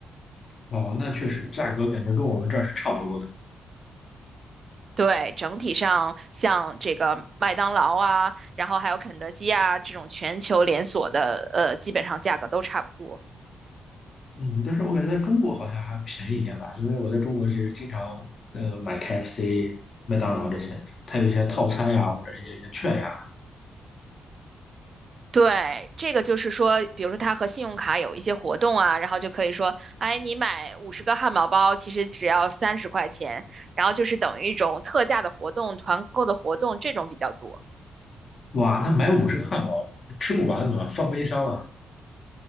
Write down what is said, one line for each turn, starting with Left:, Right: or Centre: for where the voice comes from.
Left: 哦，那确实价格感觉跟我们这儿是差不多的。
Right: 对，整体上像这个麦当劳啊，然后还有肯德基啊这种全球连锁的，呃，基本上价格都差不多。
Left: 嗯，但是我感觉在中国好像还便宜一点吧，因为我在中国其实经常呃买 KFC、麦当劳这些，它有一些套餐呀，或者一些一些券呀。
Right: 对，这个就是说，比如说它和信用卡有一些活动啊，然后就可以说，哎，你买五十个汉堡包，其实只要三十块钱，然后就是等于一种特价的活动、团购的活动，这种比较多。
Left: 哇，那买五十个汉堡吃不完怎么办放冰箱了？